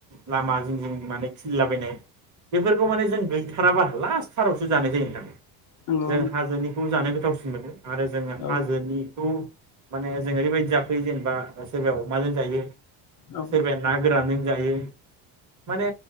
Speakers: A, on the right; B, on the left.
A: लामा जिं जिं माने खिलिलाबायनाय बेफोरखौ माने जों गैथाराबा लास्ट थारावसो जानाय जायो नोंथां।
B: नंगौ
A: जों हाजोनिखौ जानो गोथावसिन मोनो आरो जोङो
B: औ
A: हाजोनिखौ माने जों ओरैबायदि जा यो जेनबा सोरबाया अमाजों जायो
B: औ
A: सोरबाया ना गोरानजों जायो माने